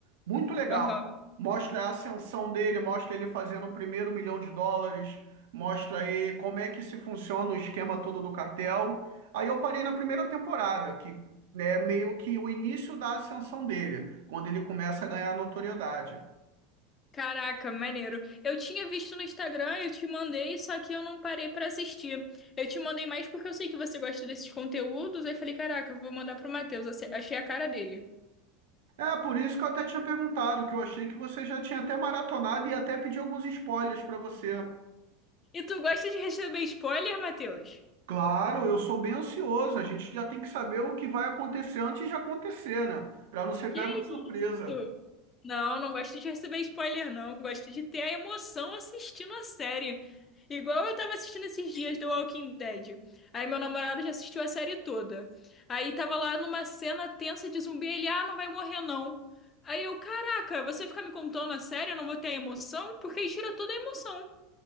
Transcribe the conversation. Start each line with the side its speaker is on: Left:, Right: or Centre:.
Right: Muito legal.
Left: Aham.
Right: Mostra a ascensão dele, mostra ele fazendo o primeiro milhão de dólares, mostra aí como é que se funciona o esquema todo do cartel. Aí eu parei na primeira temporada, que né, meio que o início da ascensão dele, quando ele começa a ganhar notoriedade.
Left: Caraca, maneiro. Eu tinha visto no Instagram, eu te mandei, só que eu não parei pra assistir. Eu te mandei mais porque eu sei que você gosta desses conteúdos, aí falei, caraca, eu vou mandar pro Matheus, ace- achei a cara dele.
Right: É por isso que eu até tinha perguntado, que eu achei que você já tinha até maratonado e até pedi alguns spoilers para você.
Left: E tu gosta de receber spoiler, Matheus?
Right: Claro, eu sou bem ansioso, a gente já tem que saber o que vai acontecer antes de acontecer, né? Para não ser
Left: Que
Right: pego de surpresa.
Left: isso? Não, não gosto de receber spoiler, não. Gosto de ter a emoção assistindo a série. Igual eu tava assistindo esses dias The Walking Dead. Aí meu namorado já assistiu a série toda. Aí tava lá numa cena tensa de zumbi, ele, ah, não vai morrer não. Aí eu, caraca, você fica me contando a série, eu não vou ter a emoção? Porque aí tira toda a emoção.